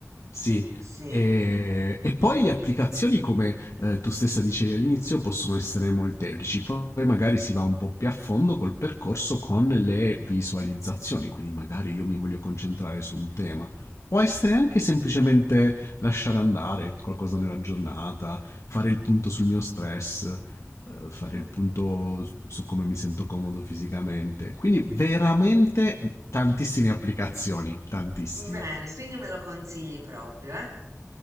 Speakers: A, on the left; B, on the right.
A: Sì,
B: Sì.
A: e, e poi le applicazioni, come eh, tu stessa dicevi all'inizio, possono essere molteplici. Poi magari si va un po' più a fondo col percorso con le visualizzazioni, quindi magari io mi voglio concentrare su un tema. Può essere anche semplicemente lasciare andare qualcosa nella giornata, fare il punto sul mio stress, eh, fare
B: Mm,
A: il punto su come mi sento comodo fisicamente. Quindi veramente tantissime applicazioni, tantissime.
B: Bene, quindi me lo consigli proprio, eh?